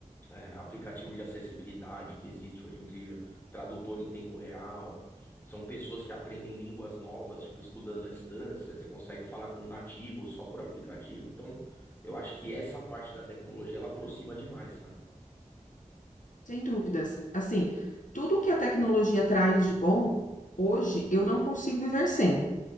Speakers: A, on the left; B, on the left.
A: é, aplicativo de acessibilidade que existe hoje em dia, tradutor em tempo real. São pessoas que aprendem línguas novas, tipo, estudando à distância. Você consegue falar com um nativo só por aplicativo. Então, eu acho que essa parte da tecnologia ela aproxima demais, sabe?
B: Sem dúvidas. Assim, tudo que a tecnologia traz de bom, hoje eu não consigo viver sem.